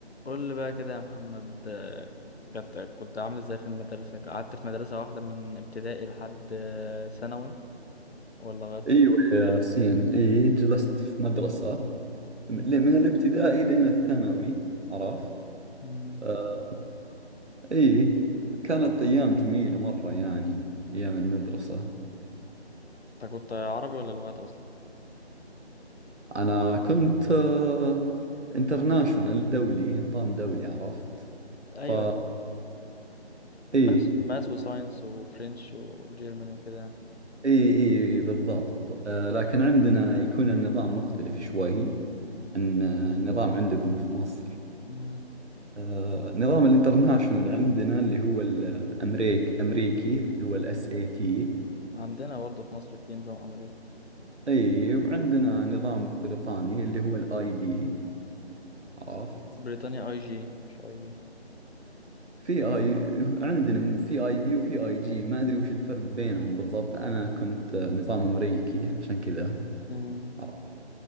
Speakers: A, on the left (about 65°); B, on the right (about 85°).
A: قول لي بقى كده يا محمد آه، كنت كنت عامل ازاي في المدرسة قعدت في مدرسة واحدة من ابتدائي لحد آه، ثانوي ولا غيرت
B: ايوه يا ياسين اي جلست في مدرسة من
A: مم.
B: من الابتدائي لين الثانوي عرفت
A: مم.
B: آه، اي كانت ايام جميلة مرة يعني ايام المدرسة
A: انت كنت عربي ولا لغات اصلا
B: انا كنت آه، انترناشونال دولي نظام دولي عرفت ف
A: ايوه
B: اي
A: ماس ماس وساينس وفرنش وجيرماني وكده
B: اي اي بالضبط آه، لكن عندنا يكون النظام مختلف شوي عن آه، النظام عندكم في مصر
A: مم.
B: آه، نظام الانترناشونال اللي عندنا اللي هو الأمريك أمريكي اللي هو الاس اي تي
A: عندنا برضه في مصر في نظام امريكي
B: اي وعندنا نظام بريطاني اللي هو الاي بي عرفت
A: بريطانيا اي جي مش اي بي
B: في اي عندنا في اي بي وفي اي جي ما ادري وش الفرق بينهم بالضبط انا كنت آه، نظام امريكي عشان كذا
A: مم.
B: عرفت